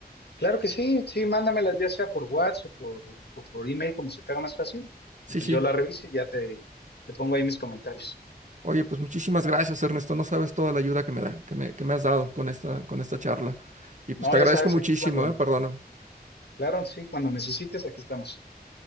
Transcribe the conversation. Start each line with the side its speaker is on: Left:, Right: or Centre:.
Left: Claro que sí, sí, mándamelas ya sea por WhatsApp o por, o por email, como se te haga más fácil,
Right: Sí,
Left: y pues
Right: sí.
Left: yo la reviso y ya te, te pongo ahí mis comentarios.
Right: Oye, pues muchísimas gracias, Ernesto. No sabes toda la ayuda que me da, que me, que me has dado con esta, con esta charla. Y pues
Left: No,
Right: te
Left: ya
Right: agradezco
Left: sabes,
Right: muchísimo,
Left: aquí cuando,
Right: ¿eh? Perdona.
Left: claro, sí, cuando necesites, aquí estamos.